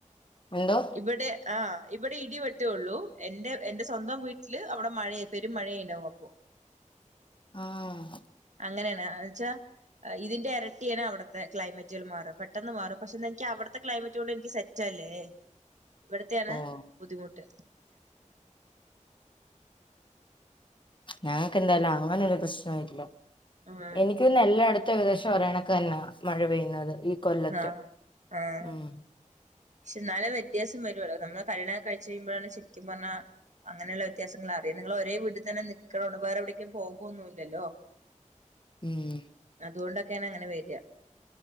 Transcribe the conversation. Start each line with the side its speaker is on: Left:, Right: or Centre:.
Left: എന്തോ
Right: ഇവിടെ ആ ഇവിടെ ഇടി വെട്ടുകള്ളു എന്റെ എന്റെ സ്വന്തം വീട്ടില് അവിടെ മഴ പെരും മഴെയനുവപൊ
Left: ആഹ്
Right: അങ്ങനെയാണ് അവെച്ചാ അ ഇതിന്റെ എരട്ടിയാണ് അവിടുത്തെ ക്ലൈമറ്റുകൾ മാറും. പെട്ടെന്ന് മാറും പക്ഷേ ന്താ എനിക്കവടത്തെ ക്ലൈമറ്റുകൊണ്ട് എനിക്ക് സെറ്റല്ലേ ഇവിടത്തെയാണ്
Left: ഓഹ്
Right: ബുദ്ധിമുട്ട്
Left: ഞങ്ങക്കെന്തായാലും അങ്ങനൊരു പ്രശ്നമില്ല
Right: ആഹ്
Left: എനിക്ക് പിന്ന എല്ലടുത്തും ഏകദേശം ഒരെണക്ക് തന്നാ മഴ പെയ്യുന്നത് ഇ കൊല്ലത്ത്
Right: ആഹ് ആഹ്
Left: ഉം
Right: പക്ഷെ ന്നാലും വ്യത്യാസം വരുല്ലോ നമ്മള് കല്യാണം കഴിച്ച് കയ്യുമ്പോഴാണ് ശരിക്കും പർഞ്ഞാ അങ്ങനെയുള്ള വ്യത്യാസങ്ങള റീന്ന നിങ്ങളൊരേ വീട്ടി തന്നെ നിക്കക്കണംണ്ട് വേറെവിടേക്കും പോക്കൊന്നുല്ലല്ലോ <inaudible>
Left: ഊം
Right: അതുകൊണ്ടൊക്കെയാണ് അങ്ങനെ വര് അ